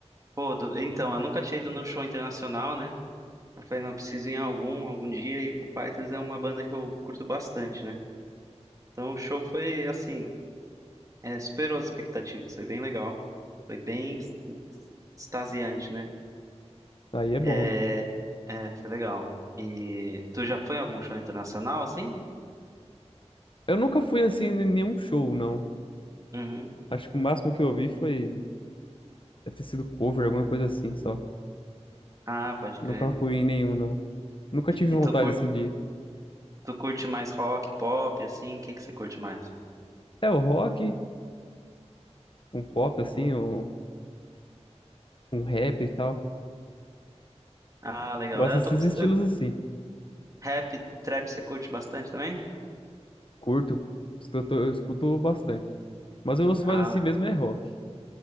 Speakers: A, on the right; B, on the left.
A: Pô, do- então, eu nunca tinha ido num show internacional, né? Eu falei, não, preciso ir em algum, algum dia, e Foo Fighters é uma banda que eu curto bastante, né? Então o show foi, assim, é, superou as expectativas, foi bem legal, foi bem es- extasiante, né?
B: Aí é bom.
A: É, é, foi legal. E tu já foi em algum show internacional, assim?
B: Eu nunca fui assim em nenhum show, não.
A: Uhum.
B: Acho que o máximo que eu vi foi. Deve ter sido cover, alguma coisa assim só.
A: Ah, pode
B: Nunca
A: crer.
B: fui em nenhum, não. Nunca tive
A: E
B: vontade
A: tu, cur...
B: assim de.
A: tu curte mais rock, pop, assim? O que que você curte mais?
B: É, o rock, um pop assim, um, um rap e tal.
A: Ah, legal.
B: Gosto
A: Eu
B: desses
A: tô com...
B: estilos
A: eu-
B: assim.
A: Rap, trap, você curte bastante também?
B: Curto, escuto, eu escuto bastante. Mas eu ouço
A: Ah,
B: mais assim mesmo é rock.